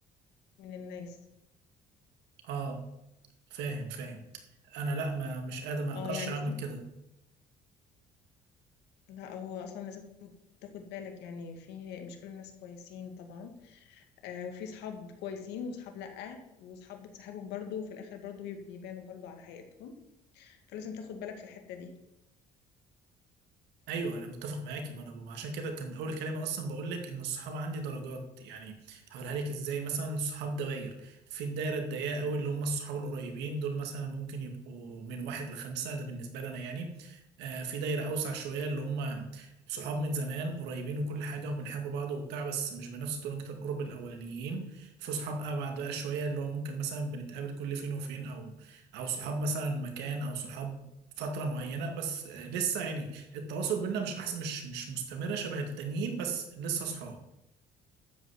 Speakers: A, on the left (about 85°); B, on the right (about 85°).
A: من الناس
B: اه فاهم فاهم انا لا ما مش قادر ما اقدرش
A: اه يعني
B: اعمل
A: في
B: كده
A: لا هو اصلا لازم تاخد بالك يعني في مش كل الناس كويسين طبعا آه وفي صحاب كويسين وصحاب لا وصحاب بتصاحبهم برضو وفي الاخر برضو بي- بيبانوا برضو على حياتهم فلازم تاخد بالك في الحتة دي
B: ايوه انا متفق معاكي ما انا ما عشان كده كان اول كلام اصلا بقول لك ان الصحاب عندي درجات يعني هقولها لك ازاي مثلا صحاب دوائر في الدايره الضيقه قوي اللي هم الصحاب القريبين دول مثلا ممكن يبقوا من واحد لخمسه ده بالنسبه لي انا يعني آه في دايره اوسع شويه اللي هم صحاب من زمان قريبين وكل حاجه وبنحب بعض وبتاع بس مش بنفس درجه القرب الاولانيين في صحاب ابعد بقى شويه اللي هو ممكن مثلا بنتقابل كل فين وفين او او صحاب مثلا مكان او صحاب فترة معينة بس آه، لسه يعني التواصل بينا مش احسن مش مش مستمره شبه التانيين بس لسه صحاب